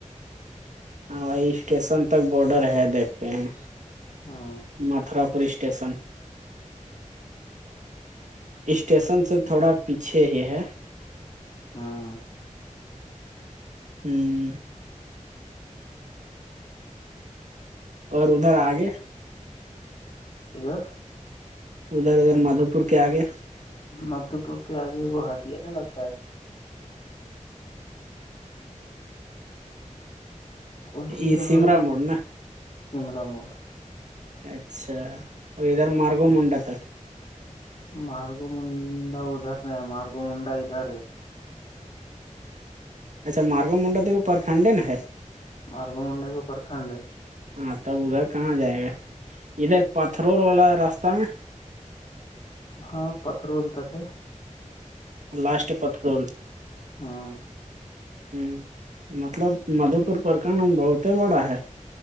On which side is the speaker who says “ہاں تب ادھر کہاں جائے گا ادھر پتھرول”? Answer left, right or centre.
Right